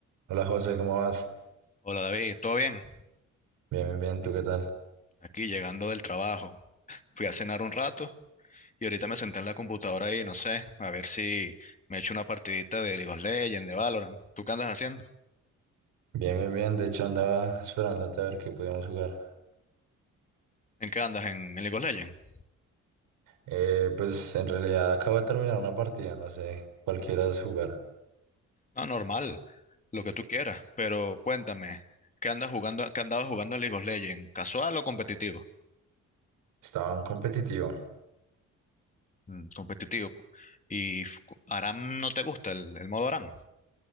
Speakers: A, on the right; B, on the left.
A: Hola José, ¿cómo vas?
B: Hola David, ¿todo bien?
A: Bien, bien, bien, ¿tú qué tal?
B: Aquí llegando del trabajo. Fui a cenar un rato y ahorita me senté en la computadora y no sé, a ver si me echo una partidita de League of Legends, de Valorant. ¿Tú qué andas haciendo?
A: Bien, bien, bien, de hecho andaba esperándote a ver qué podíamos jugar.
B: ¿En qué andas? ¿En, en League of Legends?
A: Eh, pues en realidad acabo de terminar una partida, no sé, cualquiera es jugar.
B: No, normal, lo que tú quieras, pero cuéntame, ¿qué andas jugando, qué andabas jugando en League of Legends? ¿Casual o competitivo?
A: Estaba en competitivo.
B: Mm, competitivo. ¿Y f- cu- Aram no te gusta el, el modo Aram?